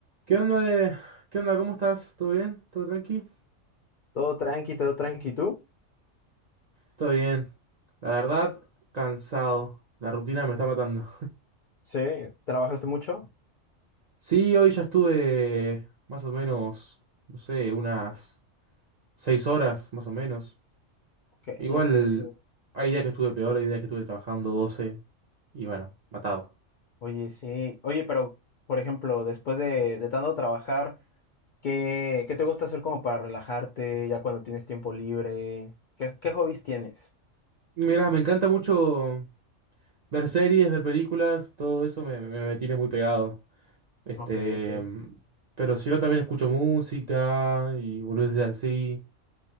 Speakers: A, on the right; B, on the left.
A: ¿Qué onda, eh? ¿Qué onda? ¿Cómo estás? ¿Todo bien? ¿Todo tranqui?
B: Todo tranqui, todo tranqui, ¿tú?
A: Todo bien. La verdad, cansado. La rutina me está matando.
B: Sí, ¿trabajaste mucho?
A: Sí, hoy ya estuve más o menos, no sé, unas seis horas, más o menos.
B: Ok,
A: Igual,
B: ok, sí.
A: hay días que estuve peor, hay días que estuve trabajando 12 y bueno, matado.
B: Oye, sí. Oye, pero, por ejemplo, después de, de tanto trabajar, ¿qué, qué te gusta hacer como para relajarte ya cuando tienes tiempo libre? ¿Qué, qué hobbies tienes?
A: Mirá, me encanta mucho ver series, ver películas, todo eso me, me, me tiene muy pegado. Este,
B: Ok, ok,
A: mm, pero si no, también escucho música y boludeces así.